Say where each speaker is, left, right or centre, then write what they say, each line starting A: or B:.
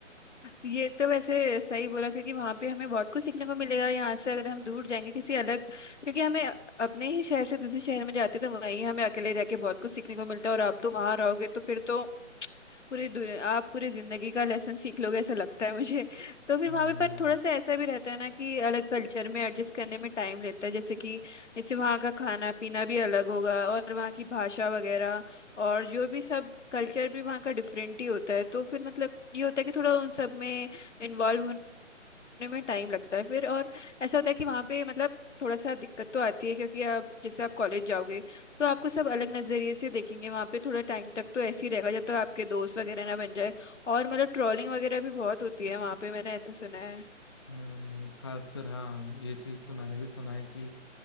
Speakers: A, on the left (about 65°); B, on the left (about 20°).
A: ये तो वैसे सही बोला क्योंकि वहां पे हमें बहुत कुछ सीखने को मिलेगा यहाँ से अगर हम दूर जाएंगे किसी अलग क्योंकि हमें अपने ही शहर से दूसरे शहर में जाते तो वहीं हमें अकेले रह के बहुत कुछ सीखने को मिलता है और आप तो वहां रहोगे तो फिर तो पूरी दुनिया आप पूरी जिंदगी का लेसन सीख लोगे ऐसा लगता है मुझे तो फिर
B: हम्म
A: वहां पे पर थोड़ा सा ऐसा भी रहता है ना कि अलग कल्चर में एडजस्ट करने में टाइम लेता है जैसे कि जैसे वहाँ का खाना पीना भी अलग होगा और वहाँ की भाषा वगैरह और जो भी सब कल्चर भी वहाँ का डिफरेंट ही होता है तो फिर मतलब ये होता है कि थोड़ा उन सब में इन्वॉल्व करने में टाइम लगता है फिर और ऐसा होता है कि वहाँ पे मतलब थोड़ा सा दिक्कत तो आती है क्योंकि आप जैसे आप कॉलेज जाओगे तो आपको सब अलग नज़रिए से देखेंगे वहाँ पे थोड़ा टाइम तक तो ऐसे ही रहेगा जब तक आपके दोस्त वगैरह ना बन जाए और मतलब ट्रोलिंग वगैरह भी बहुत होती है वहाँ पे मैंने ऐसा सुना है
B: हम्म, खासकर हाँ ये चीज तो मैंने भी सुना है कि